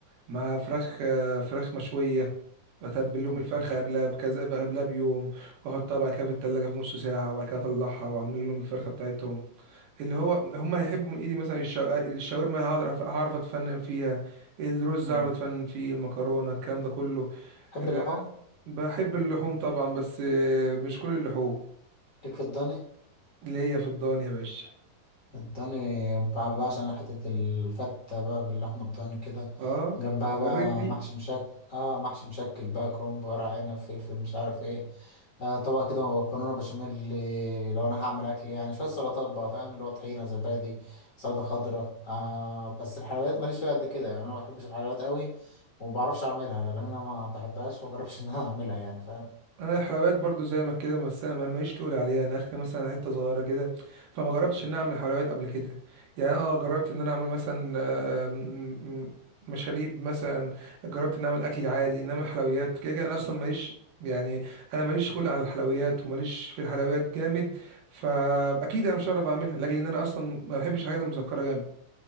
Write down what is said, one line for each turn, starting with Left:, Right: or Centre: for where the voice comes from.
Right: مع فراخ آه، فراخ مشوية اتبل
Left: مم.
Right: لهم الفرخة قبلها بكذا قبلها بيوم واحطها بعد كده في التلاجة في نص ساعة وبعد كده اطلعها واعمل لهم الفرخة بتاعتهم اللي هو هم هيحبوا من ايدي مثلا الشا- الشاورما هقدر أف- هعرف اتفنن فيها الرز
Left: مم.
Right: هعرف اتفنن فيه المكرونة الكلام ده كله
Left: تحب
Right: آه،
Left: اللحوم؟
Right: بحب اللحوم طبعا بس آه، مش كل اللحوم
Left: ليك في الضاني؟
Right: اللي هي في الضان يا باشا
Left: الضاني بقى بقى عشان حتة الفتة بقى باللحمة الضاني كده
Right: اه
Left: جنبها
Right: جريت
Left: بقى
Right: ريق
Left: محشي مشكل اه محشي مشكل بقى كرنب ورق عنب فلفل مش عارف ايه آه طبق كده مكرونة بشاميل اللي- لو انا هعمل اكل يعني شوية سلطات بقى فاهم اللي هو طحينة زبادي سلطة خضراء آه بس الحلويات ماليش فيها قد كده يعني انا ما بحبش الحلويات قوي وما بعرفش اعملها يعني انا ما بحبهاش وما جربش ان انا اعملها يعني فاهم
Right: انا الحلويات برضو زي ما كده بس انا ما- ماليش تقول عليها انا اخلي مثلا حته صغيره كده فما جربتش ان اعمل حلويات قبل كده يعني اه جربت ان انا اعمل مثلا آه، م- م- مشاريب مثلا جربت ان اعمل اكل عادي انما الحلويات كده كده انا اصلا ماليش يعني انا ماليش خلق على الحلويات وماليش في الحلويات جامد فاكيد انا مش هعرف اعملها لاجل ان انا اصلا ما بحبش الحاجات المسكره جامد